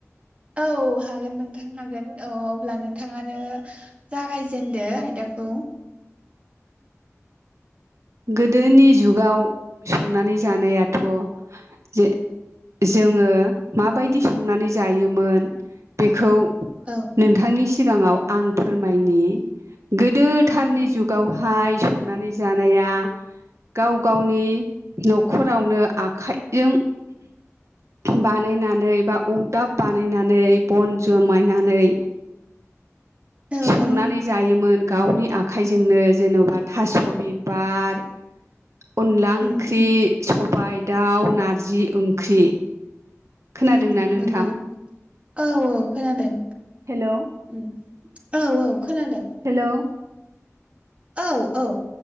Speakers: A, on the right (about 25°); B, on the right (about 65°).
A: औ हागोन नोंथां हागोन औ अब्ला नोंथाङानो जागायजेनदो आयदाखौ
B: गोदोनि जुगाव संनानै जानायाथ' जे जोङो माबायदि संनानै जायोमोन बेखौ
A: औ
B: नोंथांनि सिगाङाव आं फोरमायनि गोदोथारनि
A: उम
B: जुगावहाय
A: उम
B: संनानै जानाया गाव गावनि न'खरावनो आखाइजों बानायनानै बा अरदाब बानायनानै बन जोमायनानै
A: औ
B: संनानै
A: औ
B: जायोमोन गावनि आखाइजोंनो जेन'बा थास' बिबार, अनला ओंख्रि
A: उम उम
B: सबाय दाउ नारजि ओंख्रि खोनादोंना
A: उम उम
B: नोंथां
A: नंगौ औ औ खोनादों।
B: हेल'
A: उम औ औ खोनादों।
B: हेल'
A: औ औ